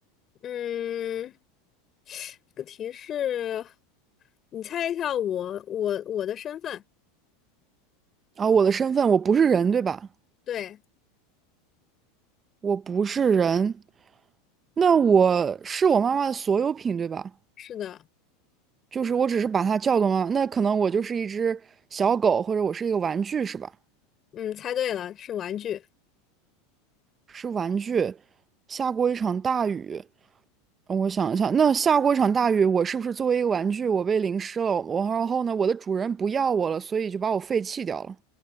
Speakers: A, on the left (about 35°); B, on the right (about 25°).
A: 嗯。这个提示，你猜一下我我我的身份？
B: 啊，我的身份，我不是人，对吧？
A: 对，
B: 我不是人，那我是我妈妈的所有品，对吧？
A: 是的，
B: 就是我只是把它叫动了，那可能我就是一只小狗，或者我是一个玩具，是吧？
A: 嗯，猜对了，是玩具。
B: 是玩具。下过一场大雨，嗯我想一下，那下过一场大雨，我是不是作为一个玩具，我被淋湿了？我然后呢，我的主人不要我了，所以就把我废弃掉了。